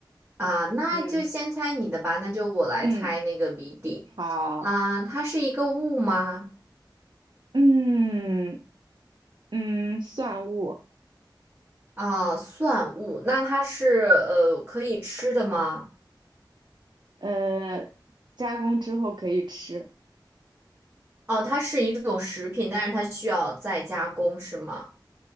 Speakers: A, on the right; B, on the right.
A: 啊，那就先猜你的吧，
B: 嗯
A: 那就我来猜那个谜底。
B: 嗯，好，
A: 啊，它是一个物吗？
B: 嗯嗯，蒜物，
A: 啊，算物。那它是呃可以吃的吗？
B: 呃，加工之后可以吃。
A: 哦，它是一种食品，但是它需要再加工，是吗？